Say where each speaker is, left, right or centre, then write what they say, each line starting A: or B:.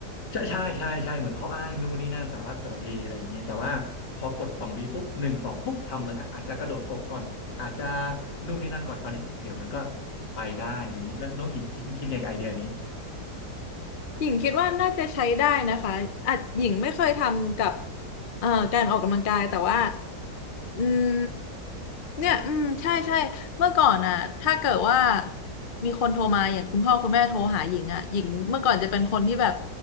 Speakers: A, on the left; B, on the left.
A: ใช่ใช่ใช่ใช่เหมือนเขาอ้างนู่นนี่นั่นสารพัดสารเพอะไรอย่างเงี้ยแต่ว่าพอกดสองวีปุ๊บหนึ่งสองปุ๊บทำเลยอ่ะอาจจะกระโดดตกก่อนอาจจะนู่นนี่นั่นก่อนเขาวนี้เดี๋ยวมันก็ไปได้อย่างนี้แล้วน้องหญิงคิดคิดไงกับไอเดียนี้
B: หญิงคิดว่าน่าจะใช้ได้นะคะอาจหญิงไม่เคยทำกับเอ่อการออกกำลังกายแต่ว่าอืมเนี่ยอืมใช่ใช่เมื่อก่อนอ่ะถ้าเกิดว่ามีคนโทรมาอย่างคุณพ่อคุณแม่โทรหาหญิงอ่ะหญิงเมื่อก่อนจะเป็นคนที่แบบ